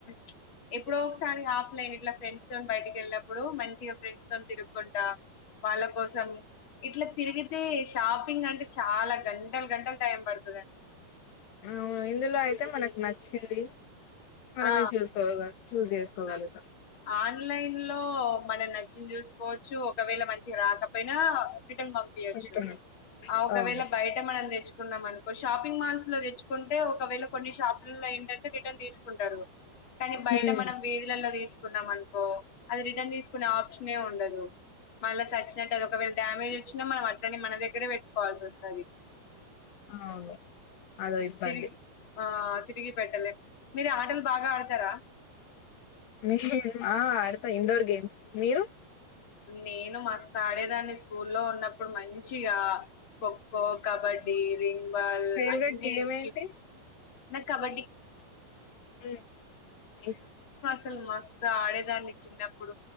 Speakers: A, on the left (about 35°); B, on the left (about 85°).
A: చ్ ఎప్పుడో ఒకసారి ఆఫ్లైన్ ఇట్ల ఫ్రెండ్స్ తో బయటకి ఎళ్ళప్పుడు మంచిగా ఫ్రెండ్స్ తో తిరుకుంటా వాళ్ళ కోసం ఇట్లా తిరిగి తే షాపింగ్ అంటే చాలా గంటల్ గంటల్ టైం పడ్తదండి.
B: నౌను ఇందులో అయితే మనక్ నచ్చింది. మనమే
A: ఆ,
B: చూసుకోగ చూస్ చేసుకోగలుగుతాం
A: అ ఆన్లైన్ లో మన న చ్చింద్ చూసుకోవచ్చు ఒకవేళ మంచిగా రాకపెయినా రిటన్ పంపింయొచ్చు,
B: ఉంటున్నాం.
A: ఆ ఒకవేళ
B: అవును
A: బయట మనం తెచ్చ్ కున్నం అనుకో షాపింగ్ మాల్స్ లో తెచ్చుకుంటే ఒకవేళ కొన్ని షాపుల్లొ ఏంటంటే రిటర్న్ తీస్ కుంటారు కానీ బయట
B: మ్మ్
A: మనం విధులలో తీస్ కున్నం అన్కో అది రిటర్న్ తీసుకునే ఆప్షనే ఉండదు. మళ్ళ సచ్చినట్టు అది ఒకవేళ డామె చ్చిన మనం అట్లనె మన దగ్గరే వెట్కో వల్సి ఒస్సది.
B: అవును అదో ఇబ్బంది
A: తిరిఇ ఆ తిరిగి పెట్టలేం మీరు ఆటలు బాగా ఆడ్తరా
B: మే మా ఆడత ఇండోర్ గేమ్స్ మీరు
A: నేను మస్త్ ఆడేదాన్ని స్కూల్లో ఉన్నప్పుడు మంచిగా ఖోఖో, కబడ్డీ, రి గ్ బాల్
B: ఫేవరెట్
A: అన్ని
B: గేమ్
A: స్కి
B: ఏంటి
A: నాక్ కబడ్డీ.
B: బి ఇస్
A: అసల్ మస్తు ఆడేదాన్ని చిన్నప్పుడు,